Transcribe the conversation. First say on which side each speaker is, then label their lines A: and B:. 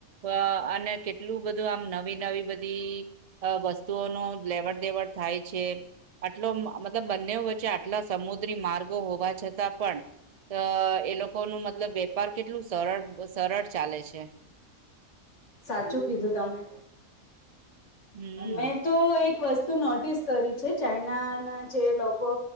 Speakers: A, on the right; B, on the left.
A: અ અને કેટલું બધું આમ નવી નવી બધી અ વસ્તુઓ ન લેવડ દેવડ થાય છે આટલો મતલબ બંને વચ્ચે આટલા સમુદ્રી માર્ગો હોવા છતાં પણ અ એ લોકો નું મતલબ વેપાર કેટલું સરળ સરળ ચાલે છે
B: સાચું કીધું તમે
A: હમ્મ.
B: મેં તો એક વસ્તુ નોટિસ કરી છે ચાઈના ના જે લોકો